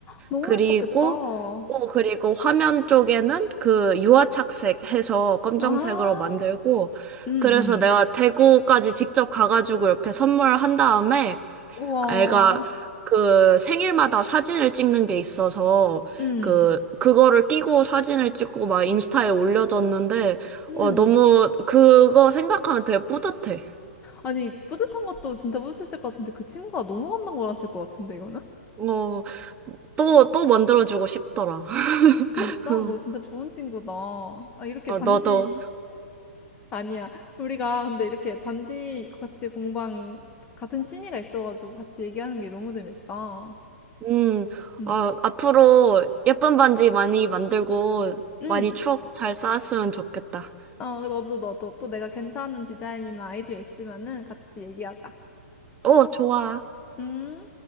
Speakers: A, on the left; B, on the right.
A: 너무
B: 그리고,
A: 예뻤겠다.
B: 어, 그리고 화면 쪽에는 그 유화착색 해서 검정색으로
A: 아,
B: 만들고,
A: 응,
B: 그래서
A: 응.
B: 내가 대구까지 직접 가가지고 이렇게 선물한 다음에,
A: 우와,
B: 애가 그 생일마다 사진을 찍는 게 있어서,
A: 응,
B: 그, 그거를 끼고 사진을 찍고 막 인스타에 올려줬는데,
A: 응.
B: 어, 너무 그거 생각하면 되게 뿌듯해.
A: 아니, 뿌듯한 것도 진짜 뿌듯했을 것 같은데, 그 친구가 너무 감동 받았을 것 같은데, 이거는?
B: 어, 또, 또 만들어주고 싶더라.
A: 진짜?
B: <laughs>
A: 너 진짜 좋은 친구다. 아, 이렇게
B: 아,
A: 반지,
B: 너도.
A: 아니야. 우리가 근데 이렇게 반지 같이 공방, 같은 취미가 있어가지고 같이 얘기하는 게 너무 재밌다.
B: 음,
A: 응.
B: 아, 앞으로 예쁜 반지 많이 만들고
A: 응.
B: 많이 추억 잘 쌓았으면 좋겠다.
A: 어, 너도, 너도. 또 내가 괜찮은 디자인이나 아이디어 있으면은 같이 얘기하자.
B: 오, 좋아.
A: 음.